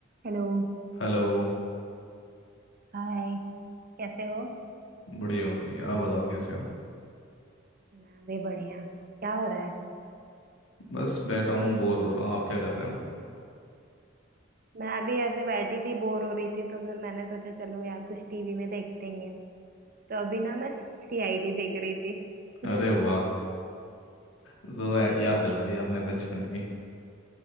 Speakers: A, on the right; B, on the left.
A: Hello
B: Hello
A: Hi कैसे हो
B: बढ़िया हूँ जी आप बताओ कैसे हो
A: मैं भी बढ़िया क्या हो रहा है
B: बस बैठा हूँ बोर हो रहा हूँ आप क्या कर रहे हो
A: मैं भी ऐसे बैठी थी बोर हो रही थी तो फिर मैंने सोचा चलो यार कुछ टीवी में देखते ही हैं तो अभी ना मैं <laughs> सीआईडी देख रही थी <laughs>
B: अरे वाह तो या- याद दिला दिया आपने बचपन की